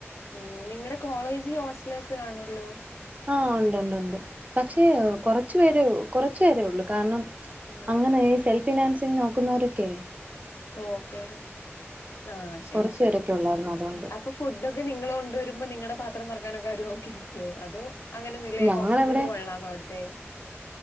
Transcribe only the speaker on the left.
ഉം നിങ്ങളടെ കോളേജ് ഹോസ്റ്റലേഴ്സ് കാണുമല്ലോ
ഉം
ഉം
ഓക്കെ ആശരി
ശരി
അപ്പൊ ഫുഡൊക്കെ നിങ്ങള് കൊണ്ടുവരുമ്പോ നിങ്ങടെ പാത്രത് പാത്രം തുറക്കാനൊക്കെ അവര് നോക്കി നിക്കുവോ അതോ അങ്ങനെ ഒന്നല്ലേ
ഹോസ്റ്റൽ ഫുഡ് കൊള്ളാമോ അവിടുത്തെ